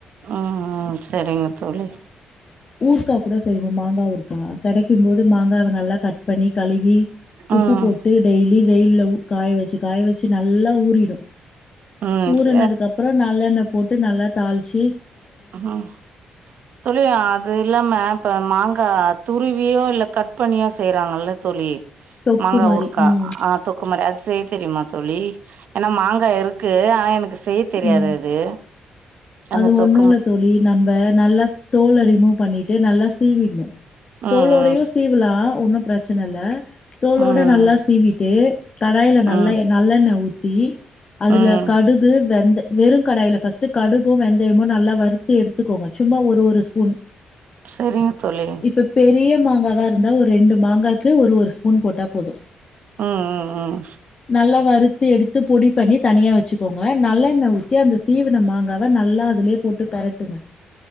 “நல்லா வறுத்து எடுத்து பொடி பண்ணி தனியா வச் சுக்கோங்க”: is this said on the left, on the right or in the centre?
Left